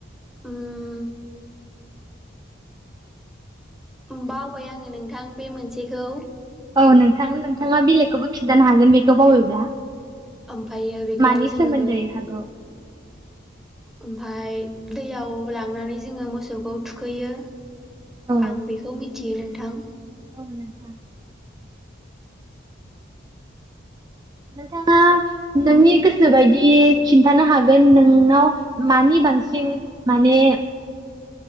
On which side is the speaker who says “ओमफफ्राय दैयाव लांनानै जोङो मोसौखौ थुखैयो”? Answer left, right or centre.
Centre